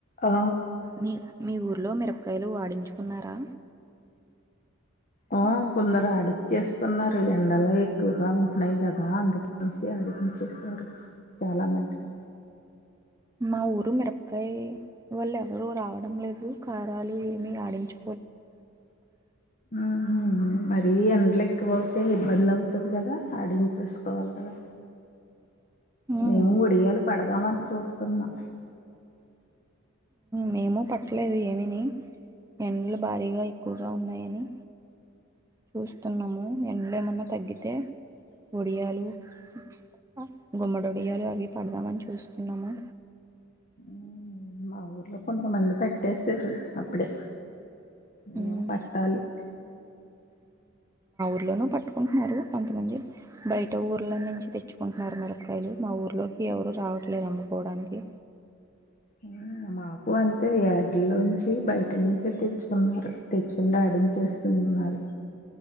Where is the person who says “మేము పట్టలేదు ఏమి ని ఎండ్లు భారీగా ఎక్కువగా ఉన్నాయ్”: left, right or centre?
Right